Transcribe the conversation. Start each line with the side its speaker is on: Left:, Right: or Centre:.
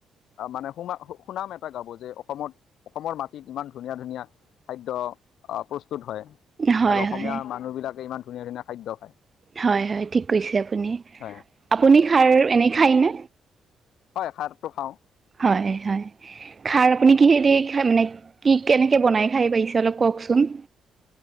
Left: মানে সোমা সুনাম এটা গাব যে অসমত অসমৰ মাটিত ইমান ধুনীয়া ধুনীয়া খাদ্য অ, প্ৰস্তুত হয়
Right: হয়
Left: আৰু অসমীয়া
Right: হয়
Left: মানুহবিলাকে ইমান ধুনীয়া-ধুনীয়া খাদ্য খায়।
Right: হয়, হয় ঠিক কৈছে আপুনি।
Left: হয়
Right: আপুনি খাৰ এনেই খায়নে?
Left: হয় খাৰটো খাওঁ।
Right: হয়, হয়। খাৰ আপুনি কিহেদি খাই মানে কি কেনেকে বনাই খাই পাইছে অলপ কওঁকচোন?